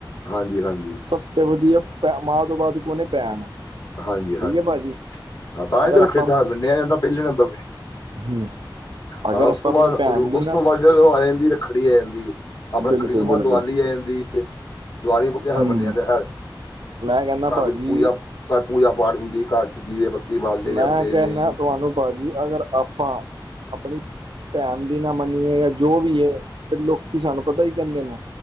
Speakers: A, on the left (about 50°); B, on the right (about 80°).
A: ਹਾਂਜੀ ਹਾਂਜੀ।
B: ਸਬ ਦੀਆ ਮਾਂ ਤੋਂ ਬਾਅਦ ਕੌਣ ਐ ਭੈਣ।
A: ਹਾਂਜੀ ਹਾਂਜੀ
B: ਠੀਕ ਹੈ ਭਾਜੀ
A: ਹਾਂ ਤਾਂ
B: ਅਗਰ
A: ਹੀ ਤੇ ਰੱਖੜੀ
B: ਆਪਾਂ
A: ਤਿਉਹਾਰ ਮੰਨਿਆ ਜਾਂਦਾ ਪਹਿਲੇ ਨੰਬਰ ਤੇ।
B: ਹੂੰ ਅਗਰ
A: ਹਾਂ ਉਸ
B: ਆਪਾਂ
A: ਤੋਂ
B: ਆਪਣੀ
A: ਬਾਅਦ
B: ਭੈਣ ਦੀ
A: ਉਸ
B: ਨਾ
A: ਤੋਂ ਬਾਅਦ ਆ ਜਾਂਦੀ ਰੱਖੜੀ ਆ ਜਾਂਦੀ ਹੈ। ਆਪ ਰੱਖੜੀ
B: ਬਿਲਕੁਲ
A: ਤੋਂ ਬਾਅਦ
B: ਬਿਲਕੁਲ
A: ਦੀਵਾਲੀ ਆ ਜਾਂਦੀ ਹੈ। ਦੀਵਾਲੀ ਤਿਉਹਾਰ
B: ਹੂੰ
A: ਮੰਨੇ ਜਾਂਦੇ।
B: ਮੈਂ ਕਹਿੰਦਾ
A: ਘਰ
B: ਭਾਜੀ
A: ਵਿੱਚ ਪੂਜਾ ਘਰ ਪੂਜਾ ਪਾਠ ਹੁੰਦੀ। ਘਰ ਚ ਦੀਏ ਬੱਤੀ ਬਾਲੇ
B: ਮੈਂ
A: ਜਾਂਦੇ
B: ਕਹਿਣਾ
A: ਨੇ।
B: ਤੁਹਾਨੂੰ ਭਾਜੀ ਅਗਰ ਆਪਾਂ ਆਪਣੀ ਭੈਣ ਦੀ ਨਾ ਮੰਨੀਏ ਜਾਂ ਜੋ ਵੀ ਹੈ ਤੇ ਲੋਕੀ ਸਾਨੂੰ ਪਤਾ ਹੀ ਕਹਿੰਦੇ ਨੇ।